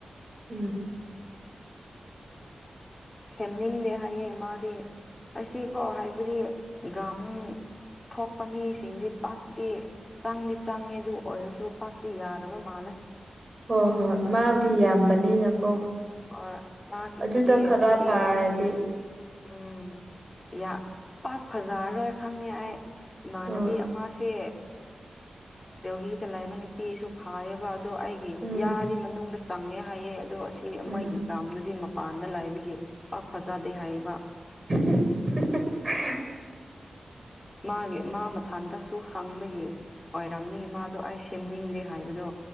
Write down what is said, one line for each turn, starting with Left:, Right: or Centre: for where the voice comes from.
Right: ꯎꯝ
Left: ꯁꯦꯝꯅꯤꯡꯗꯦ ꯍꯥꯏꯌꯦ ꯃꯥꯗꯤ ꯑꯁꯤꯀꯣ ꯍꯥꯏꯕꯗꯤ ꯏꯒꯥꯃꯨꯅꯤ <inaudible> ꯊꯣꯛꯄ ꯃꯤꯁꯤꯡꯗꯤ ꯄꯥꯛꯇꯤ ꯆꯪꯗꯤ ꯆꯪꯉꯦ ꯑꯗꯨ ꯑꯣꯏꯔꯁꯨ ꯄꯥꯛꯇꯤ ꯌꯥꯗꯕ ꯃꯥꯜꯂꯦ
Right: ꯍꯣ ꯍꯣ ꯃꯥꯗꯤ ꯌꯥꯝꯕꯅꯤꯅꯀꯣ
Left: ꯍꯣꯏ ꯃꯥꯒꯤꯗꯨꯗꯤ
Right: ꯑꯗꯨꯗ ꯈꯔ
Left: ꯑꯁꯤ
Right: ꯐꯔ ꯇ
Left: ꯎꯝ ꯌꯥ ꯄꯥꯛ ꯐꯖꯔꯔꯣꯏ ꯈꯪꯉꯦ ꯑꯩ ꯏꯃꯥꯟꯅꯕꯤ
Right: ꯍꯣꯏ
Left: ꯑꯃꯁꯥꯁꯦ ꯗꯦꯜꯂꯤ ꯂꯩꯕ ꯅꯨꯄꯤꯁꯨ ꯐꯥꯏꯌꯦꯕ ꯑꯗꯣ ꯑꯩꯒꯤ
Right: ꯎꯝ
Left: ꯌꯥꯗꯤ ꯃꯅꯨꯡꯗ ꯆꯪꯉꯦ ꯍꯥꯏꯌꯦ ꯑꯗꯣ ꯁꯤ
Right: ꯎꯝ
Left: ꯃꯣꯏꯒꯤ ꯇꯥꯝꯗꯨꯗꯤ ꯃꯄꯥꯟꯗ ꯂꯥꯏꯕꯒꯤ ꯄꯥꯛ ꯐꯖꯥꯗꯦ ꯍꯥꯏꯌꯦꯕ
Right: <unintelligible>
Left: ꯃꯥꯒꯤ ꯃꯥ ꯃꯊꯥꯟꯇꯁꯨ ꯍꯥꯡꯕꯒꯤ ꯑꯣꯏꯔꯝꯅꯤ ꯃꯥꯗꯣ ꯑꯩ ꯁꯦꯝꯅꯤꯡꯗꯦ ꯍꯥꯏꯕꯗꯣ